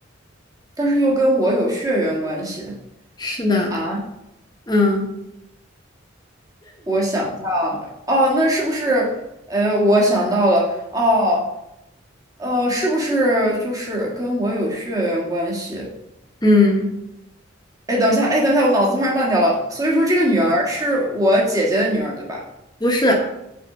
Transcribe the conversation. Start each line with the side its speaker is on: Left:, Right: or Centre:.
Right: 但是又跟我有血缘关系
Left: 是的，
Right: 啊！
Left: 嗯，
Right: 我想一下啊，哦，那是不是？哎，我想到了，哦，呃，是不是就是跟我有血缘关系？
Left: 嗯，
Right: 哎，等一下，哎，等一下，我脑子突然乱掉了。所以说，这个女儿是我姐姐的女儿，对吧？
Left: 不是。